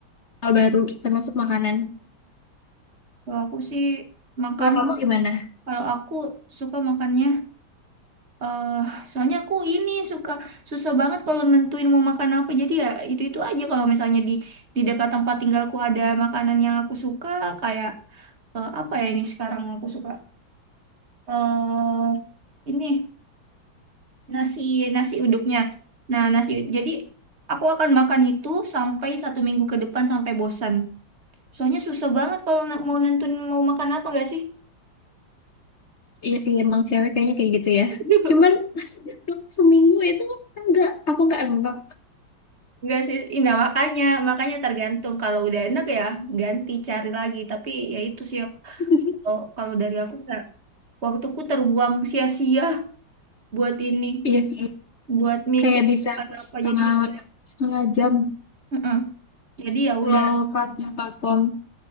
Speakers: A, on the left; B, on the right.
A: hal baru, termasuk makanan.
B: Kalau aku sih makan,
A: Kalau kamu gimana?
B: kalau aku suka makannya, eh soalnya aku ini suka susah banget kalau nentuin mau makan apa. Jadi ya itu-itu aja kalau misalnya di di dekat tempat tinggalku ada makanan yang aku suka kayak eh, apa ya ini sekarang aku suka eh ini nasi nasi uduknya. Nah, nasi ud- jadi aku akan makan itu sampai satu minggu ke depan sampai bosan. Soalnya susah banget kalau na- mau nentuin mau makan apa nggak sih?
A: Iya sih, emang cewek kayaknya kayak gitu ya.
B: <laughs>
A: Cuman nasi uduk seminggu itu enggak, aku enggak enggak.
B: Nggak sih, Ih, nah makanya, makanya tergantung. Kalau udah enak ya ganti cari lagi. Tapi ya itu sih yang-
A: <laughs>
B: kalau kalau dari aku nggak. Waktuku terbuang sia-sia buat ini,
A: Iya sih,
B: buat mikir
A: kayak bisa
B: apa apa.
A: setengah
B: jadi ya udah.
A: setengah jam
B: Mm-mm. Jadi ya
A: scroll
B: udah.
A: platform-platform.